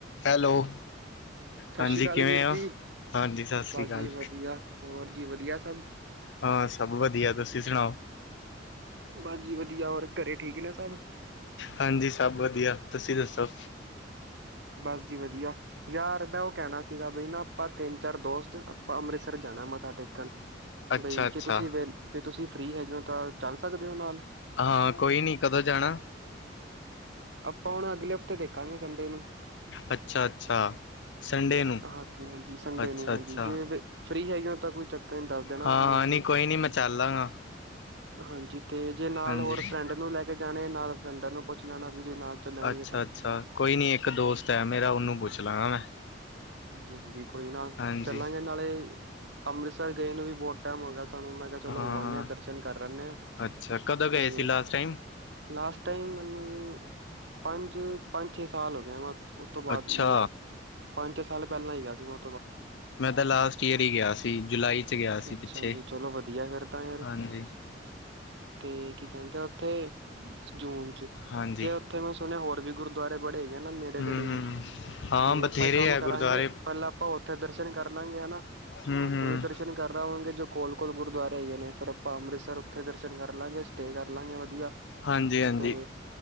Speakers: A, on the left; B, on the right.
A: ਹੈਲੋ-
B: ਸਤਿ
A: ਹਾਂਜੀ
B: ਸ੍ਰੀ ਅਕਾਲ
A: ਕਿਵੇਂ
B: ਵੀਰ
A: ਹੋ
B: ਜੀ
A: ਹਾਂਜੀ ਸਤਿ ਸ੍ਰੀ
B: ਬਸ
A: ਅਕਾਲ
B: ਜੀ ਵਧੀਆ ਹੋਰ ਜੀ ਵਧੀਆ ਸਭ
A: ਹਾਂ ਸਭ ਵਧੀਆ ਤੁਸੀ ਸੁਣਾਓ
B: ਬਸ ਜੀ ਵਧੀਆ ਹੋਰ ਘਰੇ ਠੀਕ ਨੇ ਸਭ
A: ਹਾਂਜੀ ਸਭ ਵਧੀਆ ਤੁਸੀ ਦਸੋ
B: ਬਸ ਜੀ ਵਧੀਆ ਯਾਰ ਮੈਂ ਉਹ ਕਹਿਣਾ ਸੀਗਾ ਬਈ ਨਾ ਆਪਾਂ ਤਿੰਨ ਚਾਰ ਦੋਸਤ ਆਪਾਂ ਅੰਮ੍ਰਿਤਸਰ ਜਾਣਾ ਮੱਥਾ ਟੇਕਣ
A: <inaudible>
B: ਬਈ
A: ਅੱਛਾ
B: ਜੇ ਤੁਸੀਂ ਵੀ, ਜੇ ਤੁਸੀਂ ਫ੍ਰੀ ਹੈਗੇ ਹੋ ਤਾਂ ਚੱਲ ਸਕਦੇ ਹੋ ਨਾਲ।
A: ਹਾਂ, ਕੋਈ ਨੀ ਕਦੋਂ ਜਾਣਾ।
B: ਆਪਾਂ, ਹੁਣ ਅਗਲੇ ਹਫ਼ਤੇ ਦੇਖਾਂਗੇ ਸੰਡੇ ਨੂੰ
A: ਅੱਛਾ ਅੱਛਾ ਸੰਡੇ ਨੂੰ
B: ਹਾਂਜੀ ਹਾਂਜੀ ਸੰਡੇ
A: ਅੱਛਾ
B: ਨੂੰ ਹਾਂਜੀ
A: ਅੱਛਾ
B: ਜੇ ਫ੍ਰਰੀ ਹੈਗੇ ਤਾਂ ਕੋਈ ਚੱਕਰ ਨਈ, ਦੱਸ ਦੇਣਾ
A: ਹਾਂ
B: ਮੈਨੂੰ
A: ਹਾਂ
B: ਜੀ।
A: ਨਹੀਂ ਕੋਈ ਨਹੀਂ ਮੈਂ ਚੱਲ ਲਾਂਗਾ
B: ਹਾਂਜੀ, ਤੇ ਜੇ ਨਾਲ
A: ਹਾਂਜੀ
B: ਹੋਰ ਫਰੈਂਡ ਨੂੰ ਲੈ ਕੇ ਜਾਣੈ, ਨਾਲ ਫਰੈਂਡਾਂ ਨੂੰ ਪੁੱਛ ਲੈਣਾ ਵੀ ਜੇ, ਨਾਲ ਚੱਲਣਗੇ
A: ਅੱਛਾ
B: ਤਾਂ
A: ਅੱਛਾ ਕੋਈ ਨੀ, ਇੱਕ ਦੋਸਤ ਹੈ ਮੇਰਾ, ਉਹਨੂੰ ਪੁੱਛ ਲਾਂਗਾ ਮੈਂ
B: ਹਾਂਜੀ ਹਾਂਜੀ ਕੋਈ ਨਾ,
A: ਹਾਂਜੀ
B: ਚੱਲਾਂਗੇ ਨਾਲੇ ਅੰਮ੍ਰਿਤਸਰ ਗਏ ਨੂੰ ਵੀ, ਬਹੁਤ ਟੈਮ ਹੋ ਗਿਆ ਸਾਨੂੰ, ਮੈਂ ਚਲੋ,
A: ਹਾਂ
B: ਹੋ ਆਂਨੇ ਦਰਸ਼ਨ ਕਰ ਆਣੇ ਆਂ
A: ਅੱਛਾ ਕਦੋਂ
B: ਤੇ
A: ਗਏ ਸੀ ਲਾਸਟ ਟਾਈਮ
B: ਲਾਸਟ ਟਾਈਮ ਮੈਨੂੰ ਪੰਜ ਪੰਜ ਛੇ ਸਾਲ ਹੋ ਗਏ ਉਹ ਤੋਂ, ਬਾਅਦ
A: ਅੱਛਾ
B: ਨਈ ਗਿਆ ਪੰਜ--ਛੇ ਸਾਲ ਪਹਿਲਾਂ ਹੀ ਗਿਆ ਸੀ। ਮੈ
A: ਮੈਂ ਤਾਂ ਲਾਸਟ ਈਅਰ ਹੀ ਗਿਆ ਸੀ, ਜੁਲਾਈ ਚ ਗਿਆ ਸੀ
B: ਅੱਛਾ
A: ਪਿੱਛੇ
B: ਜੀ ਚਲੋ ਵਧੀਆ ਫਿਰ ਤਾਂ ਯਾਰ
A: ਹਾਂਜੀ ਹ <unintelligible>
B: ਕੀ ਕਹਿੰਦੇ ਉੱਥੇ ਜੂਨ ਚ
A: ਹਾਂਜੀ
B: ਤੇ ਉੱਥੇ ਮੈਂ ਸੁਣਿਆ, ਹੋਰ ਵੀ ਗੁਰੂ ਗੁਰਦੁਆਰੇ, ਬੜੇ ਹੈਗੇ ਨੇ ਨੇੜੇ
A: ਹੂੰ
B: ਤੇੜੇ
A: ਹੂੰ
B: ਵੀ ਹੀ
A: ਹਾਂ
B: ਤੇ
A: ਬਥੇਰੇ
B: ਆਪਾਂ ਕੰਮ
A: ਹੈ
B: ਕਰਾਂਗੇ,
A: ਗੁਰਦੁਆਰੇ
B: ਪਹਿਲਾਂ ਆਪਾਂ ਉੱਥੇ ਦਰਸ਼ਨ ਕਰ ਲਵਾਂਗੇ ਹਨਾ,
A: ਹੂੰ
B: ਉੱਥੇ
A: ਹੂੰ
B: ਵੀ ਦਰਸ਼ਨ ਕਰ ਲਵਾਂਗੇ, ਜੋ ਕੋਲ ਕੋਲ ਗੁਰਦੁਆਰੇ ਹੈਗੇ ਨੇ, ਫਿਰ ਆਪਾਂ ਅੰਮ੍ਰਿਤਸਰ, ਉੱਥੇ ਦਰਸ਼ਨ ਕਰ ਲਵਾਂਗੇ, ਸਟੇ ਕਰ ਚੱਲਾਂਗੇ, ਵਧੀਆ
A: ਹਾਂਜੀ--ਹਾਂਜੀ,
B: ਤੇ